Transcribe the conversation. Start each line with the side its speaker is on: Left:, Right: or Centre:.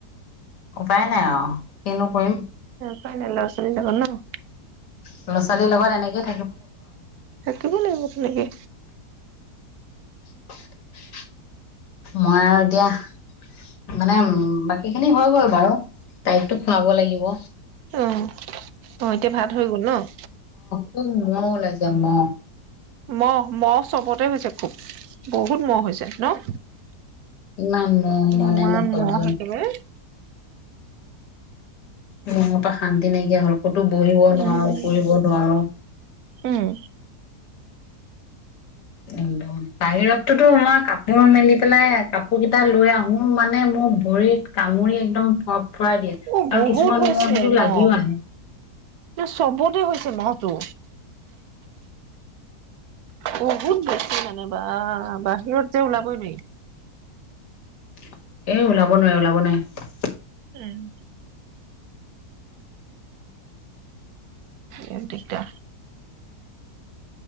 Left: উপায় নাই আৰু। কিনো কৰিম।
Right: ফাইনেল <unintelligible>
Left: ল'ৰা ছোৱালীৰ লগত এনেকে।
Right: থাকিব লাগিব তেনেকে।
Left: <inaudible> মই আৰু এতিয়া মানে উম, বাকী খিনি হৈ গ'ল বাৰু তাইকতো খুৱাব লাগিব।
Right: অ, ' এতিয়া ভাত হৈ গ'ল ন'।
Left: শুব মহ ওলাইছে মহ।
Right: ম'হ ম'হ চবতে হৈছে খুব বহুত ম'হ হৈছে ন'?
Left: ইমান ম'হ মানে
Right: ইমান
Left: মোৰ
Right: মহ
Left: <unintelligible>
Right: একেবাৰে।
Left: ম'হৰ পৰা শান্তি নাইকিয়া হ'ল। ক'তো বহিব
Right: উম,
Left: নোৱাৰো, ফুৰিব নোৱাৰো।
Right: উম।
Left: উ পাহিৰ তো মই কাপোৰ মেলি পেলাই কাপোৰকেইটা লৈ আহোঁ মানে মোৰ ভৰিত কামুৰি একদম ফৰফৰাই দিয়ে।
Right: অ',
Left: আৰু
Right: বহুত
Left: কিছুমান
Right: হৈছে
Left: মূৰতোতো লাগিও
Right: ন'
Left: আহে
Right: চবতে হৈছে ন'। দো বহুত বেছি মানে বাহ, বাহিৰত যে ওলাবই নোৱাৰি।
Left: এ, ওলাব নোৱাৰি, ওলাব নোৱাৰি।
Right: উম। সে দিটা